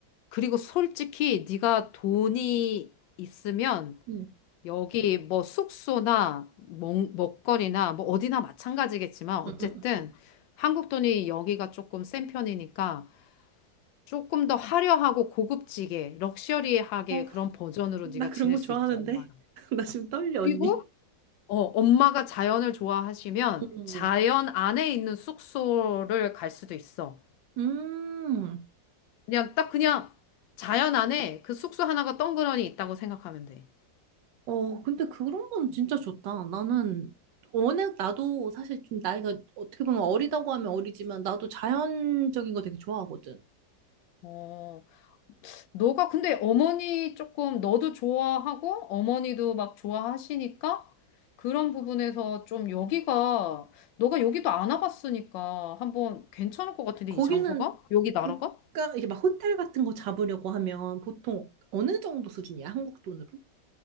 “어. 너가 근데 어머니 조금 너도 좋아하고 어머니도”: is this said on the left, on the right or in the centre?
Left